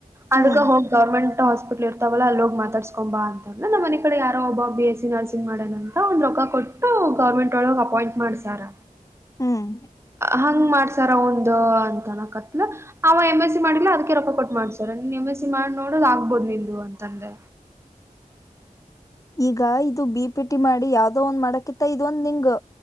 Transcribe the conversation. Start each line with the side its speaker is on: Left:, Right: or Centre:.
Right: ಅದಗ
Left: ಹ್ಮ್
Right: ಹೋಗಿ ಗವರ್ಮೆಂಟ್ ಹಾಸ್ಪಿಟ್ಲ್ ಇರ್ತಾವಲ್ಲ ಅಲ್ಲಿ ಹೋಗಿ ಮಾತಾ ಕಕೊ ಅಂತಂದ್ ನಮ್ಮ ಮನ ಕಡೆ ಯಾರೋ ಒಬ್ಬ ಬಿ ಎಸ್ಸ ಸಿಮ್ ಮಾಡೇ ಅಂತ ಅವನ್ರೊಕ್ಕ ಕೊಟ್ಟು ಗವರ್ಮೆಂಟ್ ಒಳಗ್ ಅಪಾಯಿಂಟ್ ಮಾಡ್ಸಾರ್
Left: ಹ್ಮ್
Right: ಹಂಗ್ ಮಾಡ್ಸಾರ ಒಂದು ಅಂತನಕತ್ಲ ಅವ ಎಮ ಎಸ್ ಅದಕ ರೊಕ್ಕ ಕೊಟ್ಟು ಮಾಡ್ಸರ ನಿನ್ ಎಂ ಎಸ್ ಸಿ ಮಾಡಿ ನೋಡ್ ಆಗ್ಬೋದು ನಿು ಅಂತಂದೆ
Left: ಈಗ ಇದು ಬಿ ಪಿಟಿ ಮಾಡಿ ಯಾವ್ದೋ ಒಂದ್ ಮಾಡಕಿತ್ತ ಇದೊಂದ್ ನಿಂಗು